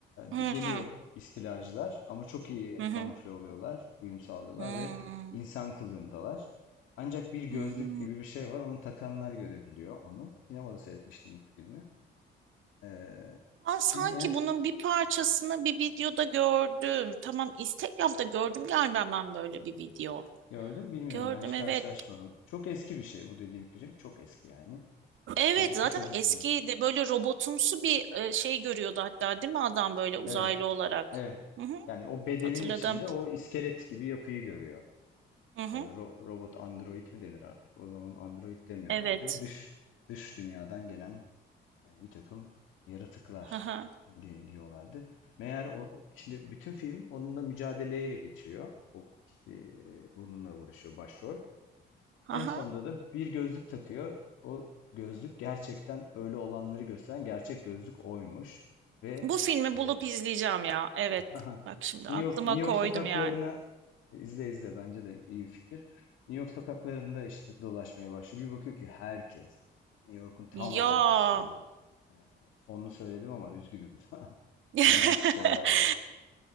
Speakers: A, on the right; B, on the left.
A: Hı.
B: Ee, geliyor istilacılar ama çok iyi
A: Hı hı.
B: kamufle oluyorlar, uyum sağlıyorlar
A: Hmm.
B: ve insan kılığındalar. Ancak bir gözlük
A: Hmm.
B: gibi bir şey var. Onu takanlar görebiliyor onu. Sinemada seyretmiştim bu filmi. Ee,
A: Ben sanki
B: filmin en s-
A: bunun bir parçasını bir videoda gördüm. Tamam, Instagram'da gördüm galiba ben böyle bir video.
B: gördüm bilmiyorum
A: Gördüm
B: ben hiç
A: evet.
B: karşılaşmadım. Çok eski bir şey bu dediğim film. Çok eski yani.
A: Evet
B: Ufacık
A: zaten
B: bir çocuktum.
A: eskiydi. Böyle robotumsu bir e, şey görüyordu hatta değil mi adam böyle uzaylı
B: Evet.
A: olarak.
B: Evet.
A: Hı hı.
B: Yani o bedenin
A: Hatırladım.
B: içinde o iskelet gibi yapıyı görüyor.
A: Hı hı.
B: Ee, ro- robot android mi denir artık? O zaman android demiyorlardı.
A: Evet.
B: Dış dış dünyadan gelen e, bir takım yaratıklar
A: Hı hı.
B: de- diyorlardı. Meğer o şimdi bütün film onunla mücadeleyle geçiyor. O kişi e, bununla uğraşıyor başrol.
A: Hı
B: En
A: hı.
B: sonunda da bir gözlük takıyor. O gözlük gerçekten öyle olanları gösteren gerçek gözlük oymuş ve
A: Bu filmi
B: e,
A: bulup izleyeceğim ya. Evet.
B: <laughs>
A: Bak şimdi
B: New
A: aklıma
B: York, New York
A: koydum
B: sokaklarına
A: yani.
B: izle izle bence de iyi bir fikir. New York sokaklarında işte dolaşmaya başlıyor. Bir bakıyor ki herkes. New York'un tamamı
A: Ya.
B: aslında. Evet, evet. Sonunu söyledim ama üzgünüm. <laughs>
A: <laughs>
B: Fena spoiler verdim.